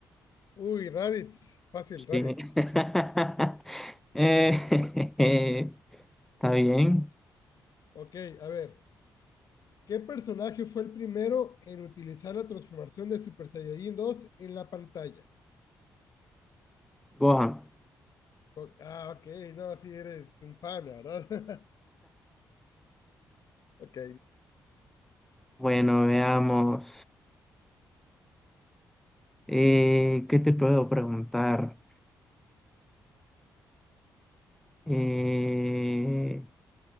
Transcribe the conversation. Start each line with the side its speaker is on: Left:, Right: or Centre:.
Left: Uy, Raditz. Fácil, Raditz.
Centre: Sí. <laughs> Eh, <laughs> Está bien.
Left: Ok, a ver. ¿Qué personaje fue el primero en utilizar la transformación de Super Saiyajin dos en la pantalla?
Centre: Gohan.
Left: Co- Ah, ok, no, sí eres un fan, ¿verdad? <laughs> Ok,
Centre: Bueno, veamos. Eh, ¿qué te puedo preguntar? Eh,